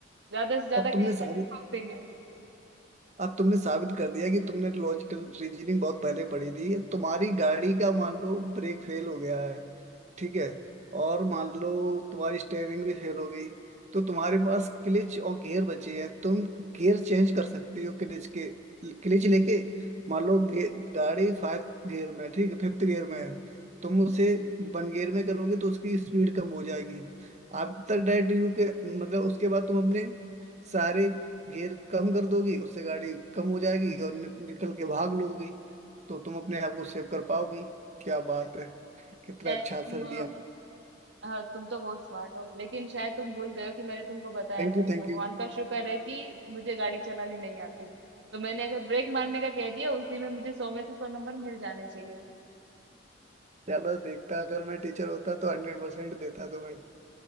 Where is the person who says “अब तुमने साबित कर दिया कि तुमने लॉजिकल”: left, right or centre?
Right